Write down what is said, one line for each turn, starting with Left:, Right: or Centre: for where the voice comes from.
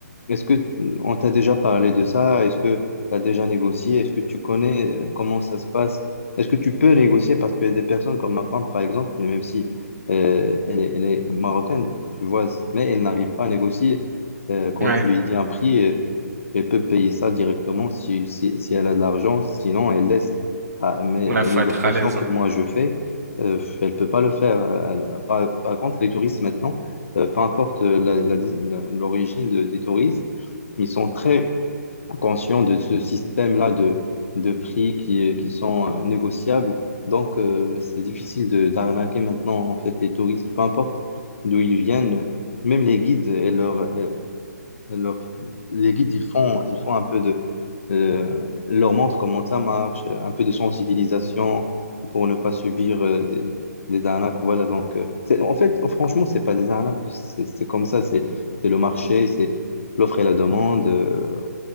Left: est-ce que on t'a déjà parlé de ça? Est-ce que tu as déjà négocié? Est-ce que tu connais euh, comment ça se passe? Est-ce que tu peux négocier? Parce qu'il y a des personnes comme ma femme, par exemple, même si euh, elle est, elle est marocaine, tu vois, mais elle n'arrive pas à négocier. Euh, quand
Right: ouais,
Left: tu lui dis un prix, euh, elle peut payer ça directement si, si, si elle a de l'argent, sinon elle laisse. Ah, mais
Right: ouais,
Left: la
Right: faut
Left: négociation
Right: être à l'aise.
Left: que
Right: hein.
Left: moi je fais, euh, elle peut pas le faire. Elle- par, par contre, les touristes maintenant, euh, peu importe euh, la- la- la- l'origine de- des touristes, ils sont très conscients de ce système-là de, de prix qui, euh, qui sont euh, négociables. Donc, euh, c'est difficile de d'arnaquer maintenant, en fait, les touristes, peu importe d'où ils viennent, même les guides et leur, leur- les guides, ils font, ils font un peu de... euh, ils leur montrent comment ça marche, euh, un peu de sensibilisation pour ne pas subir euh, des, des arnaques. Voilà, donc, euh, c'est- en fait, franchement, c'est pas des arnaques. C'est c'est comme ça, c'est c'est le marché, c'est l'offre et la demande. euh,